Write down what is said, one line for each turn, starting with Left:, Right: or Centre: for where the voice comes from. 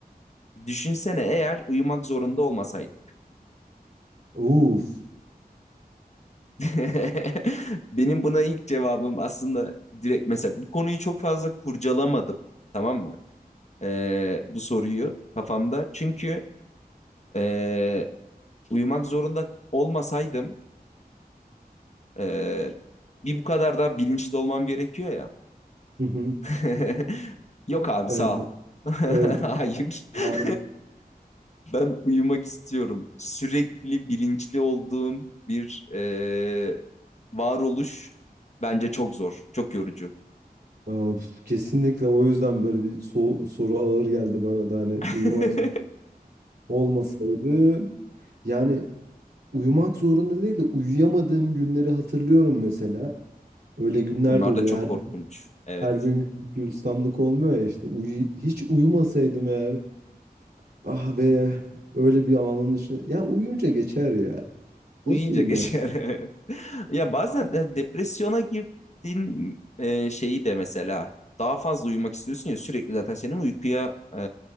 Left: düşünsene eğer uyumak zorunda olmasaydık.
Right: Uf.
Left: <laughs> Benim buna ilk cevabım aslında direkt mesela bu konuyu çok fazla kurcalamadım. Tamam mı? E, bu soruyu kafamda. Çünkü Ee, uyumak zorunda olmasaydım ee, bir bu kadar da bilinçli olmam gerekiyor ya.
Right: Hı hı.
Left: <laughs> Yok abi
Right: Evet,
Left: sağ ol. <laughs>
Right: evet. evet.
Left: Hayır. <laughs>
Right: Yani,
Left: Ben uyumak istiyorum. Sürekli bilinçli olduğum bir ee, varoluş bence çok zor, çok yorucu.
Right: of, kesinlikle o yüzden böyle bir so- soru ağır geldi bana da hani
Left: <laughs>
Right: uyumak z- olmasaydı yani uyumak zorunda değil de uyuyamadığım günleri hatırlıyorum mesela. Öyle günler
Left: Onlar
Right: de oluyor.
Left: da çok
Right: Her,
Left: korkunç. Evet.
Right: her gün gülistanlık olmuyor ya işte. Uyu, hiç uyumasaydım eğer ah be öyle bir anın içine. Ya uyuyunca geçer ya.
Left: Uyuyunca
Right: Nasıl uyumak?
Left: geçer. <laughs> Ya bazen e, depresyona girdiğin e, şeyi de mesela daha fazla uyumak istiyorsun ya sürekli zaten senin uykuya e,